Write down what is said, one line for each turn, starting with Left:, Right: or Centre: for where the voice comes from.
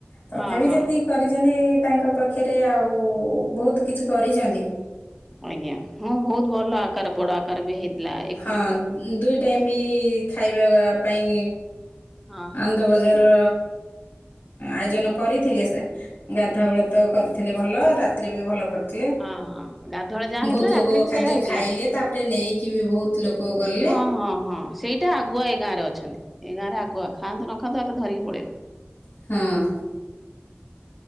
Left: ତଥାପି
Centre: ହଁ ହଁ।
Left: ଯେତିକି କରିଛନ୍ତି ତାଙ୍କ ପକ୍ଷରେ ଆଉ ବହୁତ କିଛି କରିଛନ୍ତି
Centre: ଆଜ୍ଞା ହଁ ବହୁତ ଭଲ ଆକାର ବଡ ଆକାର ବି ହେଇଥିଲା ଏକ
Left: ହଁ ଦୁଇ ଟାଇମ୍ ବି ଖାଇବା ପାଇଁ
Centre: ହଁ ହଁ
Left: ଆନନ୍ଦ ବଜାର ଆୟୋଜନ କରିଥିଲେ ସେ ଗାଧୁଆ ବେଳେ ତ କରିଥିଲେ ଭଲ ରାତିରେ ବି ଭଲ କରି
Centre: ହଁ ହଁ ଗାଧୁଆଳେ ଯାହା ହେଇଥିଲା
Left: ବହୁତ
Centre: ରାତିରେ
Left: ଲୋକ
Centre: ବି
Left: ଖାଦ୍ୟ
Centre: ସେଇଆ ହେଇଥିଲା।
Left: ଖାଇଲେ ତାପରେ ନେଇକି ବି ବହୁତ ଲୋକ ଗଲେ।
Centre: ହଁ ହଁ ହଁ ସେଇଟା ଆଗୁଆ ଏଇ ଗାଁ ରେ ଅଛନ୍ତି। ଏଇ ଗାଁ ରେ ଆଗୁଆ ଖାଆନ୍ତୁ ନଖାଆନ୍ତୁ ଆଗେ ଧରିକି ପଳେଇବେ।
Left: ହଁ।
Centre: <inaudible>